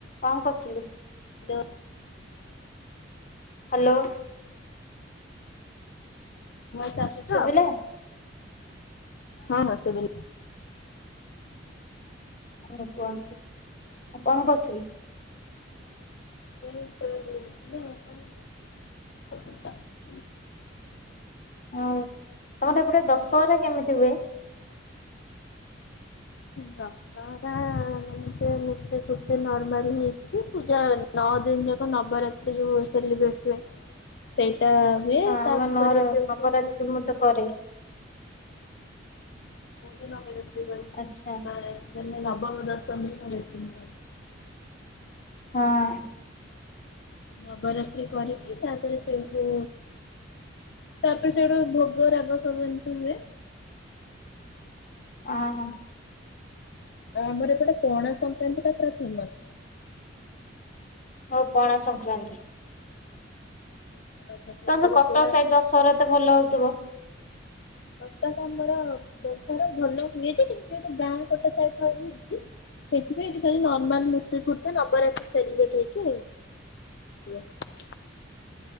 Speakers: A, on the left; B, on the left.
A: କଣ କରୁଥିଲେ?
B: ଦେହ
A: ହାଲୋ
B: ଭଏସ ଆସୁଛି
A: ଶୁଭିଲା
B: ତ? ହଁ ହଁ ସବୁ
A: ହଁ କୁହନ୍ତୁ ମୁଁ କଣ କରୁଥିଲି?
B: <unintelligible> ହ <unintelligible>
A: ହଉ ତମର ଗୋଟେ ଦଶହରା କେମିତି ହୁଏ?
B: ଦଶହରା ଏମିତି ମୁର୍ତ୍ତି ଫୁର୍ତ୍ତି ନର୍ମାଲ ହେଇକି ପୂଜା ନଅ ଦିନ ଯାକ ନବରାତ୍ରି ଯୋଉ ସେଲିବ୍ରେଟ୍ ହୁଏ। ସେଇଟା ହୁଏ
A: ହଁ ଆମ
B: ତାପରେ
A: ନର
B: ସେମୁ
A: ନବରାତ୍ରି ମୁଁ ତ କରେ।
B: ମୁଁ ବି ନବରାତ୍ରୀ କରେ।
A: ଆଚ୍ଛା।
B: ନବମୀ ଦଶମୀ <inaudible>
A: ହଁ
B: ନବରାତ୍ରି କରିକି ତାପରେ ସେଠୁ ତାପରେ ସେଇଠୁ ଭୋଗ ରାଗ ସବୁ ଏମିତି ହୁଏ।
A: ଅହଁ।
B: ଆଉ ଆମର ଏପଟେ ପଣା ସଂକ୍ରାନ୍ତି ଟା ପୁରା ଫେମସ।
A: ହଉ ପଣା ସଂକ୍ରାନ୍ତି।
B: ପଣା ସଂକ୍ରାନ୍ତିରେ
A: ତମରତ କଟକ
B: ପୁରା
A: ସାହି ଦଶହରା ତ ଭଲ ହେଉଥିବ?
B: କଟକ ତ ଆମର ଦଶହର ଭଲ ହୁଏ ଯେ କିନ୍ତୁ ଯେହେତୁ ଗାଁ ପଟ ସାଇଡ ରହିଯାଉଛି ସେଇଥିାଇଁ ଏଠି ଖାଲି ନର୍ମାଲ ମୂର୍ତ୍ତି ପୂର୍ତି ନବରାତ୍ରୀ ସେଲିବ୍ରେଟ ହେଇଛି ଆଉ। <inaudible>